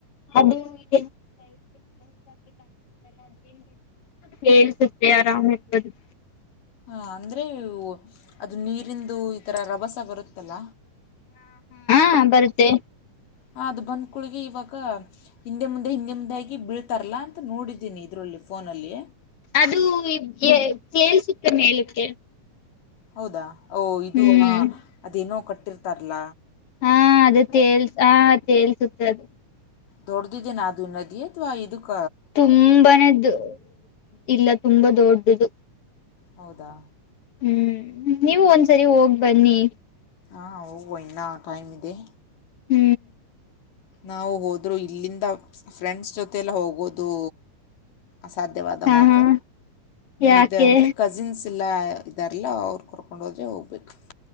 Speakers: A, on the left; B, on the left.
A: <unintelligible> ಕೆಲ್ಸುತ್ತೆ <inaudible>
B: ಹ ಅಂದ್ರೆ ಅದು ನೀರಿಂದು ಈ ತರ ರಭಸ ಬರುತ್ತಲ್ಲ
A: ಹ ಬರುತ್ತೆ
B: ಹ ಅದು ಬಂದ್ ಕುಳ್ಗೆ ಇವಾಗ ಹಿಂದೆ ಮುಂದೆ ಹಿಂದೆ ಮುಂದೆ ಆಗಿ ಬೀಳ್ತಾರಲ್ಲ ಅಂತ ನೋಡಿದ್ದೀನಿ ಇದರಲ್ಲಿ ಫೋನಲ್ಲಿ
A: ಅದು ಎ ಕೇಳ್ಸುತ್ತೆ ಮೇಲುಕ್ಕೆ
B: ಹೌದಾ ಓಹ ಇದು
A: ಹ್ಮ್
B: ಹಾ ಅದೇನೋ ಕಟ್ಟ ಇಟ್ಟಿರ್ತಾರ್ಲ
A: ಹಾ ಅದು ತೇಳ್ಸ್ ಹ ತೇಳ್ಸುತ್ತೆ ಅದು
B: ದೊಡ್ದಿದೆನಾ ಅದು ನದಿ ಅತ್ವ ಇದುಕ್
A: ತುಂಬಾನೇ ದ್, ಇಲ್ಲ ತುಂಬಾ ದೊಡ್ಡುದು
B: ಹೌದಾ
A: ಹ್ಮ್ ನೀವು ಒಂದ್ಸರಿ ಹೋಗ್ ಬನ್ನಿ
B: ಆ ಹೌ ಇನ್ನ ಟೈಮ್ ಇದೆ
A: ಹ್ಮ್
B: ನಾವು ಹೋದ್ರೂ ಇಲ್ಲಿಂದ ಫ್ರೆಂಡ್ಸ್ ಜೊತೆೆಲ್ ಹೋಗೋದು ಅಸಾಧ್ಯವಾದ
A: ಹಾ
B: ಮಾತು
A: ಹಾ ಯಾಕೆ
B: ಇದ್ ಅಂದ್ರೆ ಕಝಿನ್ಸ್ ಇಲ್ಲ ಇದಾರಲ್ಲ ಅವ್ರು ಕರ್ಕೊಂಡು ಹೋದ್ರೆ ಹೋಗ್ಬೇಕು